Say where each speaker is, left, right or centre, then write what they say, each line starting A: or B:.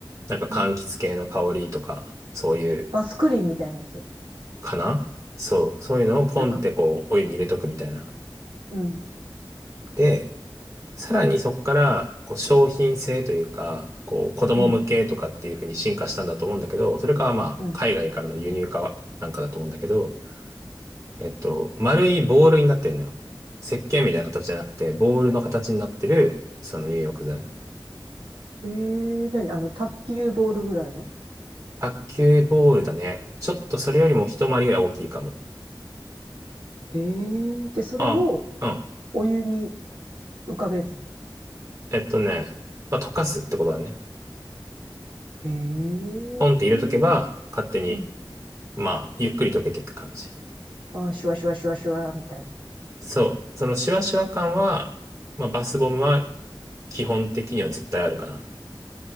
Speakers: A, on the right; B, on the right.
A: なんか柑橘系の香りとか、
B: ん。
A: そういう、
B: バスクリーンみたいなやつ。
A: かなそう、そういうのをポンってこう、
B: なんか、
A: お湯に入れとくみたいな。
B: うん、
A: で、さらにそこから、こう、商品性というか、こう、子供向けとかっていう風に進化したんだと思うんだけど、
B: うん、
A: それか、まあ、
B: うん。
A: 海外からの輸入化なんかだと思うんだけど、えっと、丸いボールになってるのよ。石鹸みたいな形じゃなくて、ボールの形になってる、その入浴剤。
B: へえ、何あの、卓球ボールぐらいの。
A: 卓球ボールだね。ちょっとそれよりも一回りぐらい大きいかも。
B: へえ、で、それを
A: ああ、うん。
B: お湯に浮かべるの。
A: えっとね、まあ、溶かすってことだね。
B: へえ、う
A: ポンって入れとけば、勝手に、
B: ん。
A: まあ、ゆっくり溶けていく感じ。
B: あ、シュワシュワシュワシュワ、みたいな。
A: そう。そのシュワシュワ感は、まあ、バスボムは基本的には絶対あるかな。